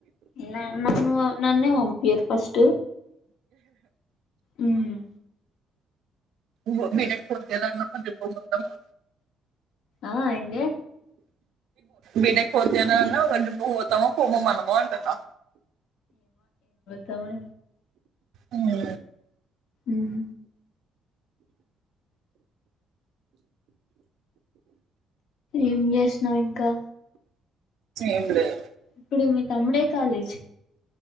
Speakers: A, on the left; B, on the right.
A: నన్ నన్నే వంపీయర్ ఫస్ట్ ఉమ్
B: బో బీటెక్ పూర్తి, అయిపోయేలోపు ట్రిప్కొ పోతాము
A: ఆ ఏందే
B: బీటెక్ ఫోర్త్ ఇయరన్నా ఒక పోతామో పోమో మనము అంటున్న
A: తమే
B: ఉమ్
A: ఉమ్ ఏం జేస్నావ్ ఇంకా
B: ఏం లేదు
A: ఇప్పుడు మీ తమ్ముడే ఏ కాలేజ్